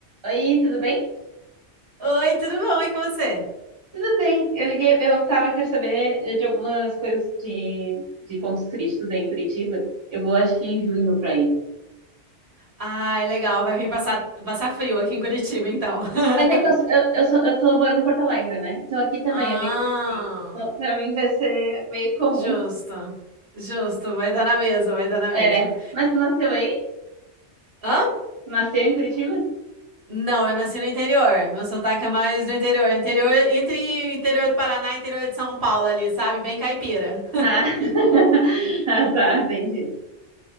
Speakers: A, on the right; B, on the right.
A: Oi, tudo bem?
B: Oi, tudo bom? E com você?
A: Tudo bem. Eu liguei, eu tava, quero saber de algumas coisas de, de pontos turísticos aí em Curitiba. Eu vou, acho que em junho pra ir.
B: Ai, legal. Vai vir passar, passar frio aqui em Curitiba, então. <laughs>
A: Mas é que eu, sou- eu, eu, sou, eu tô morando em Porto Alegre, né? Então aqui também
B: Ah,
A: é meio que assim. Então, pra mim vai ser meio comum.
B: justo. Justo. Vai dar na mesma, vai dar na mesma.
A: É. Mas tu nasceu aí?
B: Hã?
A: Tu nasceu em Curitiba?
B: Não, eu nasci no interior. Meu sotaque é mais do interior. Interior, entre interior do Paraná e interior de São Paulo ali, sabe? Bem caipira.
A: Ah, <laughs> ah tá, entendi.